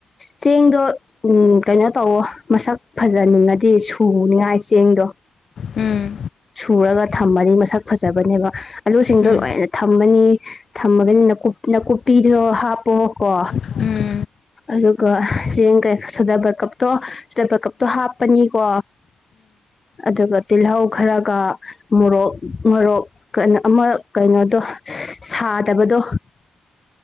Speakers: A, on the left (about 35°); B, on the left (about 60°).
A: ꯆꯦꯡꯗꯣ ꯎꯝ ꯀꯩꯅꯣ ꯇꯧꯋꯣ ꯃꯁꯛ ꯐꯖꯅꯤꯡꯉꯗꯤ ꯁꯨꯅꯤꯉꯥꯏ ꯆꯦꯡꯗꯣ
B: ꯎꯝ
A: ꯁꯨꯔꯒ ꯊꯝꯃꯅꯤ ꯃꯁꯛ ꯐꯖꯕꯅꯦꯕ ꯑꯂꯨꯁꯤꯡꯗꯣ
B: ꯎꯝ ꯎꯝ ꯎꯝ ꯎꯝ ꯎꯝ ꯎꯝ ꯎꯝ ꯎꯝ ꯎꯝ ꯎꯝ ꯎꯝ
A: ꯂꯣꯏꯅ ꯊꯝꯃꯅꯤ ꯊꯝꯃꯒꯅꯤꯅ ꯀꯨꯞꯅꯀꯨꯄꯤꯗꯨ ꯍꯥꯞꯄꯣ ꯀꯣ
B: ꯎꯝ
A: ꯑꯗꯨꯒ ꯆꯦꯡ ꯀꯩ ꯁꯣꯗꯕꯥꯏꯀꯞꯇꯣ ꯁꯤꯗꯥꯕꯥꯏꯀꯞꯇꯣ ꯍꯥꯞꯄꯅꯤꯀꯣ ꯑꯗꯨꯒ ꯇꯤꯜꯍꯧ ꯈꯔꯒ ꯃꯣꯔꯣꯛ ꯃꯣꯔꯣꯛ ꯀꯩꯅꯣ ꯑꯃ ꯀꯩꯅꯣꯗꯣ ꯁꯥꯗꯕꯗꯣ